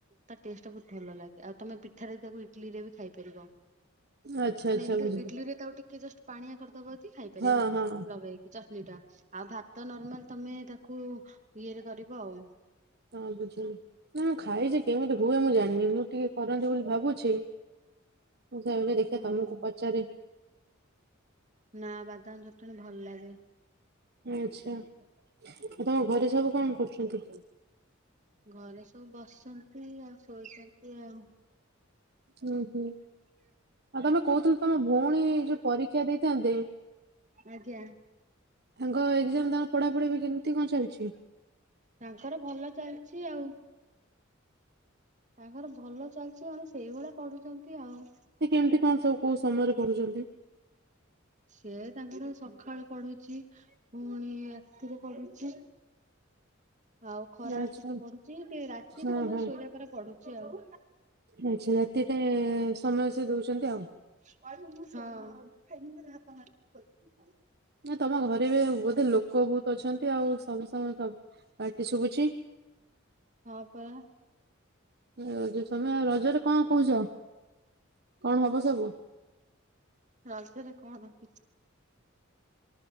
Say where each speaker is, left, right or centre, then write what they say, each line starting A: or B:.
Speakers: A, on the right; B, on the right.
A: ତା ଟେଷ୍ଟ ଟା ବହୁତ ଭଲ ଲାଗେ ଆଉ ତମେ ପିଠାରେ ତାକୁ ଇଟଲିି ରେ ବି ଖାଇପାରିବ।
B: ଆଚ୍ଛା
A: ମାନେ
B: ଆଚ୍ଛା
A: ଇଡଲି
B: ବୁଝିଲି।
A: ଇଡଲିରେ ତାଉ ଟିକେ ଜଷ୍ଟ ପାଣିଆ କରିଦବ ଯଦି ଖାଇପାରିବ
B: ହଁ ହଁ
A: ଲଗେଇକି। ଚଟଣି ଟା ଆଉ ଭାତ ନର୍ମାଲ ତମେ ତାକୁ ଇଏରେ କରିବ ଆଉ।
B: ହଁ ବୁଝିଗଲି ମୁଁ ଖାଇଚି କେମିତି ହୁଏ ମୁଁ ଜାଣିନି ମୁଁ ଟିକେ କରନ୍ତି ବୋଲି ଭାବୁଛି। ମୁଁ ସେଇଆ କହିଲି ଦେଖିଆ
A: ହୁଁ।
B: ତମକୁ
A: ହୁଁ
B: ପଚାରେ।
A: ନା ବାଦାମ ଚଟଣି ଭଲ ଲାଗେ।
B: ଆଚ୍ଛା ଆଉ ତମ ଘରେ ସବୁ କଣ କରୁଛନ୍ତି?
A: ଘରେ ସବୁ ବସିଛନ୍ତି ଆଉ ଶୋଇଛନ୍ତି ଆଉ।
B: ଉୁଁ ହୁଁ ଆଉ ତମେ କହୁଥିଲ ତମ ଭଉଣୀ ଯୋଉ ପରୀକ୍ଷା ଦେଇଥାନ୍ତେ
A: ଆଜ୍ଞା
B: ତାଙ୍କ ଏକ୍ଜାମ ତାଙ୍କ ପଢାପଢି ଏବେ କେମିତି କଣ ଚାଲିଚି?
A: ତାଙ୍କର ଭଲ ଚାଲିଚି ଆଉ। ତାଙ୍କର ଭଲ ଚାଲିଛି ମାନେ ସେଇଭଳିଆ ପଢୁଚନ୍ତି ଆଉ।
B: ସେ କେମିତି କଣ ସବୁ କୋଉ ସମୟରେ ପଢୁଛନ୍ତି?
A: ସେ ତାଙ୍କର ସକାଳ ପଢୁଚି ପୁଣି ରାତିରେ ପଢୁଚି ଆଉ ଖରାଳେ
B: ଆଚ୍ଛା
A: ଟିକେ ପଢୁଚି ଟିକେ ରାତିରେ
B: ହଁ
A: ସମସ୍ତେ
B: ହଁ
A: ଶୋଇଲା ପରେ ପଢୁଚି ଆଉ।
B: ଆଚ୍ଛା ରାତିଟା ସମୟ ସେ ଦୋଉଛନ୍ତି ଆଉ।
A: ହଁ।
B: ନା ତମ ଘରେ ବି ବୋଧେ ଲୋକ ବହୁତ ଅଛନ୍ତି ଆଉ ସବୁ ସାଙ୍ଗେ ପାଟି ଶୁଭୁଛି?
A: ହଁ ପରା।
B: ରଜ ତମେ ଆଉ ରଜରେ କଣ କହୁଛ କଣ ହବ ସବୁ?
A: ରଜରେ କଣ କିଛି